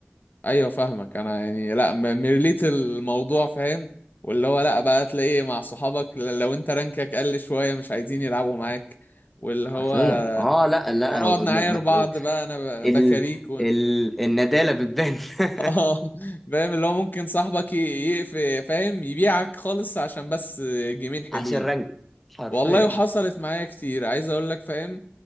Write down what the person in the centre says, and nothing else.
حرفيا اه لا لا
هو-
ما- ما-
ما-
ال
ال الندالة بتبان <laughs>
عشان رنك حرفيا